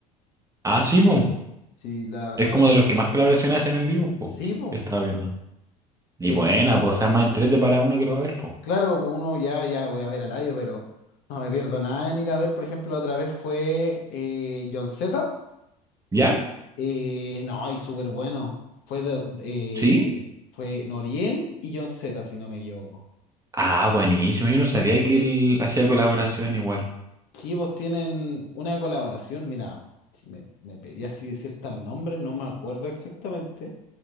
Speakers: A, on the right; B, on the left.
A: Ah, sí, pues.
B: Sí, la,
A: Es
B: la
A: como
B: vez
A: de
B: pas-
A: los que más colaboraciones hacen en vivo, pues.
B: Sí,
A: Yo
B: po.
A: Estaba viendo. Y
B: Y
A: buena,
B: eso, no,
A: pues, o sea, más en 3D para uno que lo va a ver, pues.
B: claro, po, uno ya, ya voy a ver al Laio, pero no me pierdo nada en ir a ver. Por ejemplo, la otra vez fue eh, John Z.
A: ¿Ya?
B: Eh, no, y súper bueno. Fue, de- eh,
A: ¿Sí?
B: fue Noriel y John Z, si no me equivoco.
A: Ah, buenísimo. Yo no sabía que él hacía colaboración igual.
B: Sí, pues tienen una colaboración. Mira, si me, me pedí así decir tal nombre, no me acuerdo exactamente.